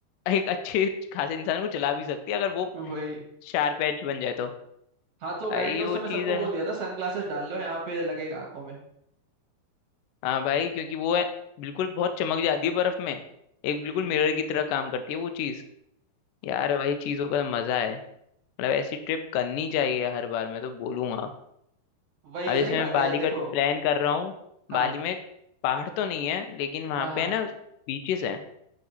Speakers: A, on the left (about 80°); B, on the right (about 50°).
A: एक अच्छे खासे इंसान को जला भी सकती है अगर वो
B: वही
A: शार्प एज बन जाए तो
B: हाँ तो गाइड
A: भाई
B: ने उस
A: वो
B: समय सबको
A: चीज है
B: बोल
A: ना
B: दिया था सनग्लासेस डाल लो यहाँ पे लगेगा आंखों में
A: हाँ भाई क्योंकि वो है बिल्कुल बहुत चमक जाती है बर्फ में एक
B: हम्म
A: बिल्कुल
B: हम्म, हम्म।
A: मिरर की तरह काम करती है वो चीज यार भाई चीजों का मजा है मतलब ऐसी ट्रिप करनी चाहिए हर बार मैं तो बोलूंगा
B: वही
A: अब
B: सही
A: जैसे
B: बात
A: मैं बाली
B: है यार
A: का
B: देखो
A: प्लान कर रहा हूँ
B: हाँ
A: बाली में पहाड़ तो नहीं है लेकिन वहां
B: हाँ
A: पे
B: हाँ
A: है ना बीचेस हैं